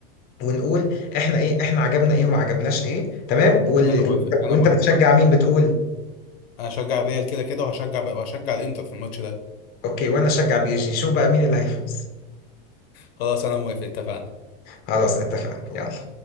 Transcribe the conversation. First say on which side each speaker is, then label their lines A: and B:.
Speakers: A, on the left; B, on the left.
A: ونقول احنا ايه احنا عجبنا ايه وما عجبناش ايه تمام وال...
B: انا موافق
A: وانت
B: انا
A: وإنت
B: موافق
A: بتشجع مين بتقول
B: انا هشجع الريال كده كده وهشجع وهشجع الانتر في الماتش ده
A: اوكي وانا اشجع بيجي شو بقى مين اللي هيفوز
B: خلاص انا موافق اتفقنا
A: خلاص اتفقنا يلا